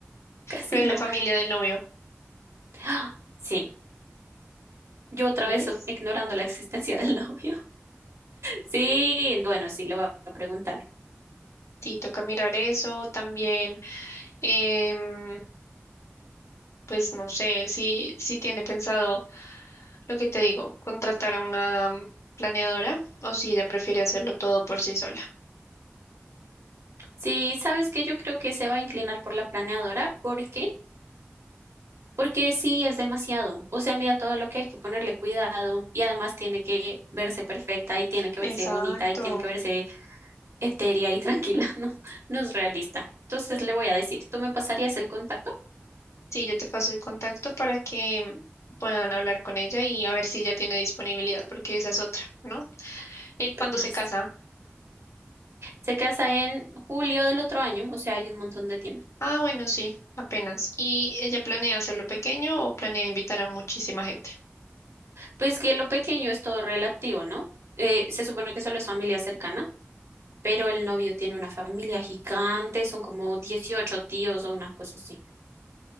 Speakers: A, on the right (about 70°); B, on the left (about 75°).
A: casi
B: Pero
A: no.
B: en la familia del novio,
A: ¡Ah! Sí, yo otra
B: ¿ves?
A: vez o- ignorando la existencia del <laughs> novio. Sí, bueno, sí, lo voy a preguntar.
B: Sí, toca mirar eso también. em, pues no sé, si, si tiene pensado lo que te digo, contratar a una planeadora o si ella prefiere hacerlo todo por sí sola.
A: Sí, ¿sabes qué? Yo creo que se va a inclinar por la planeadora. ¿Por qué? Porque sí, es demasiado. O sea, mira todo lo que hay que ponerle cuidado y además tiene que verse perfecta y tiene que
B: Exacto.
A: verse bonita y tiene que verse etérea y tranquila, <laughs> no, no es realista. Entonces le voy a decir, ¿tú me pasarías el contacto?
B: Sí, yo te paso el contacto para que puedan hablar con ella y a ver si ella tiene disponibilidad, porque esa es otra, ¿no? ¿Y cuándo
A: Ay,
B: se
A: sí.
B: casa?
A: Se casa en julio del otro año, o sea, hay un montón de tiempo.
B: Ah, bueno, sí, apenas. ¿Y ella planea hacerlo pequeño o planea invitar a muchísima gente?
A: Pues que lo pequeño es todo relativo, ¿no? Eh, se supone que solo es familia cercana, pero el novio tiene una familia gigante, son como 18 tíos o una cosa así.